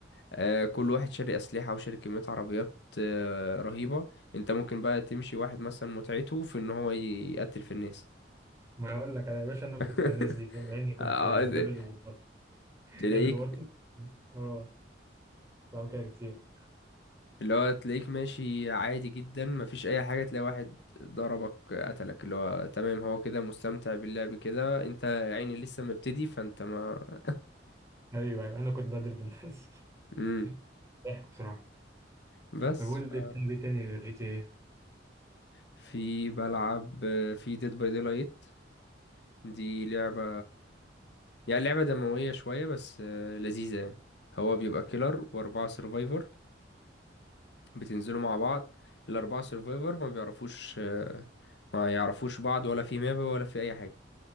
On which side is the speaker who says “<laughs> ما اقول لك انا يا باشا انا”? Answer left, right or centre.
Right